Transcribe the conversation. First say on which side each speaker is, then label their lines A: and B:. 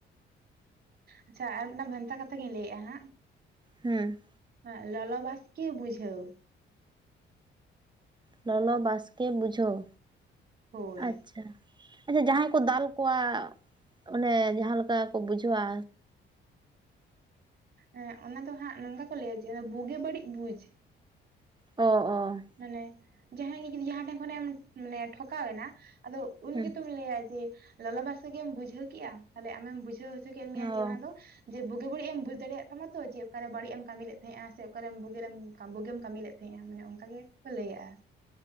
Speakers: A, on the right; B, on the right.
A: ᱟᱪᱪᱷᱟ ᱟᱨ ᱢᱤᱫᱴᱟᱝ ᱵᱷᱮᱱᱛᱟ ᱠᱟᱛᱷᱟ ᱜᱤᱧ ᱞᱟᱹᱭ ᱮᱜᱼᱟ ᱦᱟᱸᱜ᱾
B: ᱦᱩᱸ
A: ᱮᱸᱜ ᱞᱚᱞ ᱵᱟᱥᱠᱮ ᱵᱩᱡᱷᱟᱹᱣ᱾
B: ᱞᱚᱞᱚ ᱵᱟᱥᱠᱮ ᱵᱩᱡᱷᱟᱹᱣ᱾
A: ᱦᱳᱭ
B: ᱟᱪᱪᱷᱟ ᱟᱪᱪᱷᱟ, ᱡᱟᱦᱟᱸᱭ ᱠᱚ ᱫᱟᱞ ᱠᱚᱣᱟ ᱾ ᱚᱱᱮ ᱡᱟᱦᱟᱸ ᱞᱮᱠᱟ ᱠᱚ ᱵᱩᱡᱷᱟᱹᱣᱼᱟ᱾
A: ᱮᱸᱜ ᱚᱱᱟ ᱫᱚ ᱦᱟᱸᱜ ᱱᱚᱝᱠᱟ ᱠᱚ ᱞᱟᱹᱭᱼᱟ ᱡᱮ ᱵᱩᱜᱤ ᱵᱟᱹᱲᱤᱡ ᱵᱩᱡ᱾
B: ᱚ ᱚ
A: ᱢᱟᱱᱮ ᱡᱟᱦᱟᱸᱭ ᱜᱮ ᱡᱩᱫᱤ ᱡᱟᱦᱟᱸ ᱴᱷᱮᱱ ᱠᱷᱚᱱᱮᱢ ᱢᱟᱱᱮ ᱴᱷᱚᱠᱟᱣ ᱮᱱᱟ᱾ ᱟᱫᱚ ᱩᱱ
B: ᱦᱮᱸ
A: ᱜᱮᱛᱚᱢ ᱞᱟᱹᱭᱼᱟ ᱡᱮ ᱞᱚᱞᱚ ᱵᱟᱥᱮᱜ ᱜᱮᱢ ᱵᱩᱡᱷᱟᱹᱣ ᱠᱮᱜᱼᱟ᱾ ᱛᱟᱦᱚᱞᱮ ᱟᱢᱮᱢ ᱵᱩᱡᱷᱟᱹᱣ ᱦᱚᱪᱚ ᱠᱮᱜ ᱠᱮᱫ ᱢᱮᱭᱟ
B: ᱚ
A: ᱡᱮ ᱚᱱᱟ ᱫᱚ ᱡᱮ ᱵᱩᱜᱤ ᱵᱟᱹᱲᱤᱡ ᱮᱢ ᱵᱩᱡ ᱫᱟᱲᱮᱭᱟᱜ ᱛᱟᱢᱟ ᱛᱚ᱾ ᱡᱮ ᱚᱠᱟᱨᱮ ᱵᱟᱹᱲᱤᱡ ᱮᱢ ᱠᱟᱹᱢᱤ ᱞᱮᱫ ᱛᱟᱦᱮᱸᱜᱼᱟ ᱥᱮ ᱚᱠᱟᱨᱮᱢ ᱵᱩᱜᱮ ᱨᱮᱢ ᱵᱳᱜᱮᱢ ᱠᱟᱹᱢᱤ ᱞᱮᱫ ᱛᱟᱦᱮᱸᱜᱼᱟ ᱢᱟᱱᱮ ᱚᱱᱠᱟ ᱜᱮᱠᱚ ᱞᱟᱹᱭᱟᱜᱼᱟ᱾